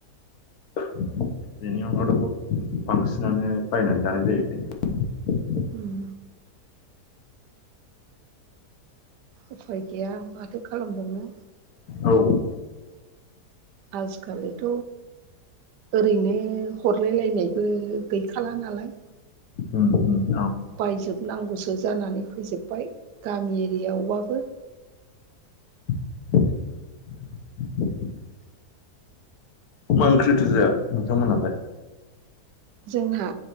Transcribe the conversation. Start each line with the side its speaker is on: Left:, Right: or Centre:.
Left: बेनि अनगावथ' बुहुत बांसिनानो बायनानै जानाय जाहैबाय
Right: उम उफाय गैया माथो खालाम बावनो
Left: औ
Right: आजिखालिथ' ओरैनो हर हरलाय लायनायबो गैखाला नालाय
Left: उ उ
Right: बायजोबनांगौसो जानानै फैजोब्बाय गामि एरियायावबाबो
Left: <inaudible> मा ओंख्रिथो जाया नोंथां मोनहालाय
Right: जोंहा